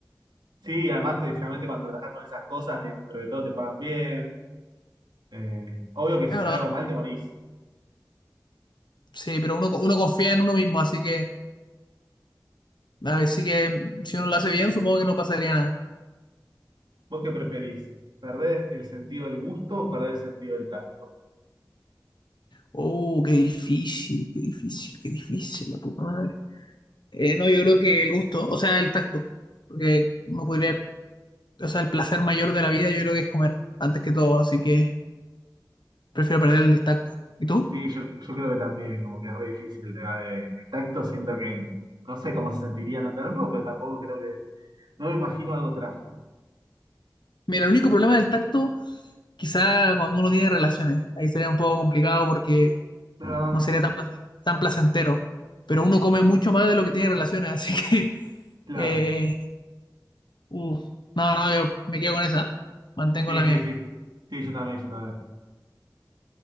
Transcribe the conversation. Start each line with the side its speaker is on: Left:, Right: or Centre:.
Right: Sí, además, te- generalmente cuando trabajas con esas cosas, dentro de todo te pagan bien. Eh, obvio que si
Left: Es
Right: sale
Left: verdad.
Right: algo mal, te morís.
Left: Sí, pero uno, uno confía en uno mismo, así que, así que si uno lo hace bien, supongo que no pasaría nada.
Right: ¿Vos qué preferís? ¿Perder el sentido del gusto o perder el sentido del tacto?
Left: Oh, qué difícil, qué difícil, qué difícil, la puta madre. Eh, no, yo creo que el gusto, o sea, el tacto, porque no podría, o sea, el placer mayor de la vida yo creo que es comer, antes que todo, así que prefiero perder el del tacto. ¿Y tú?
Right: Sí, yo, yo creo que también, como que es re difícil el tema de, el tacto, siento que no sé cómo se sentiría no tenerlo, pero tampoco creo que, no me imagino algo trágico.
Left: Mira, el único problema del tacto, quizá cuando uno tiene relaciones, ahí sería un poco complicado porque
Right: La verdad,
Left: no sería tan, plac- tan placentero, pero uno come mucho más de lo que tiene relaciones, así que,
Right: claro.
Left: <laughs> eh, uf, no, no, yo me quedo con esa, mantengo
Right: Sí,
Left: la
Right: sí,
Left: mía.
Right: sí. Sí, yo también, yo también.